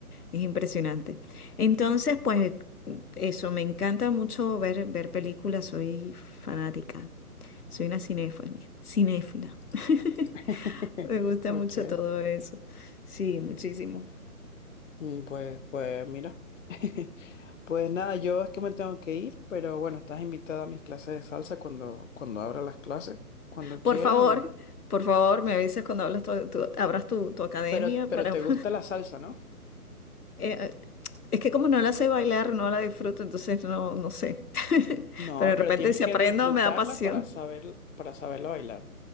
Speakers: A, on the left (about 75°); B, on the left (about 55°).
A: es impresionante. Entonces, pues eso, me encanta mucho ver, ver películas, soy fanática, soy una cinéfila, cinéfila. <laughs>
B: <laughs>
A: Me gusta
B: Ok.
A: mucho todo eso. Sí, muchísimo.
B: Mm, Pues, pues mira. <laughs> Pues nada, yo es que me tengo que ir, pero bueno, estás invitada a mis clases de salsa cuando, cuando abra las clases, cuando quieras
A: Por favor,
B: y...
A: por favor, me avisas cuando hablas tu- tu- abras tu, tu academia
B: Pero, pero
A: para...
B: te
A: <laughs>
B: gusta la salsa, ¿no?
A: Eh, es que como no la sé bailar, no la disfruto, entonces no, no sé. <laughs>
B: No,
A: Pero de
B: pero
A: repente
B: tienes
A: si
B: que
A: aprendo,
B: disfrutarla
A: me da pasión.
B: para saber, para saberla bailar.